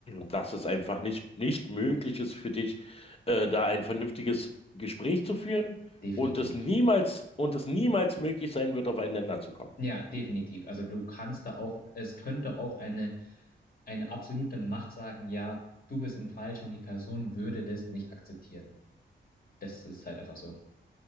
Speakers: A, on the left (about 30°); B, on the left (about 50°).
A: dass es einfach nicht, nicht möglich ist für dich, äh, da ein vernünftiges Gespräch zu führen
B: definitiv.
A: und es niemals, und es niemals möglich sein wird, aufeinander zu kommen.
B: Ja, definitiv. Also du kannst da auch, es könnte auch eine, eine absolute Macht sagen, ja, du bist im Falschen und die Person würde das nicht akzeptieren. Das ist halt einfach so.